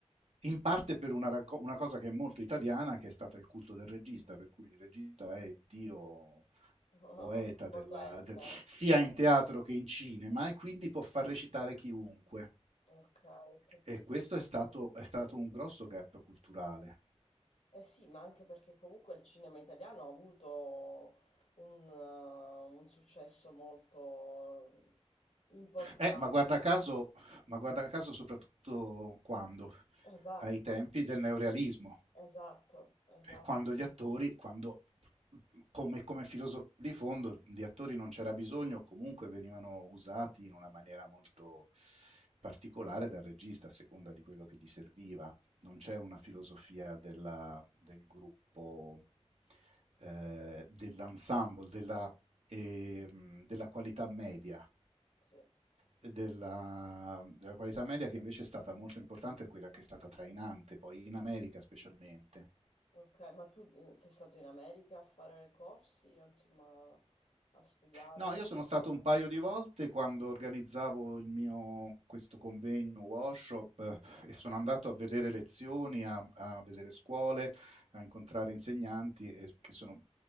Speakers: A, on the right (about 70°); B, on the left (about 85°).
A: in parte per una, una cosa che è molto italiana, che è stato il culto del regista, per cui il regista è Dio
B: <laughs>
A: poeta della-
B: Potente.
A: del- sia in teatro che in cinema e quindi può far recitare chiunque.
B: Ok, ho capito.
A: E questo è stato, è stato un grosso gap culturale.
B: Eh sì, ma anche perché comunque il cinema italiano ha avuto un, eh, un successo molto importante.
A: Eh, ma guarda caso, ma guarda caso soprattutto quando?
B: Esatto,
A: Ai tempi del neorealismo.
B: esatto, esatto,
A: quando gli attori, quando come, come filosofia di fondo di attori non c'era bisogno, comunque venivano usati in una maniera molto particolare dal regista a seconda di quello che gli serviva. Non c'è una filosofia della- del gruppo, eh, dell'ensemble, della, ehm, della qualità media.
B: sì.
A: Della, della qualità media che invece è stata molto importante, è quella che è stata trainante poi in America specialmente.
B: Ok, ma tu eh, sei stato in America a fare corsi, insomma, a studiare?
A: No, io sono stato un paio di volte quando organizzavo il mio, questo convegno, workshop, eh, e sono andato a vedere lezioni, a, a vedere scuole, a incontrare insegnanti, e, che sono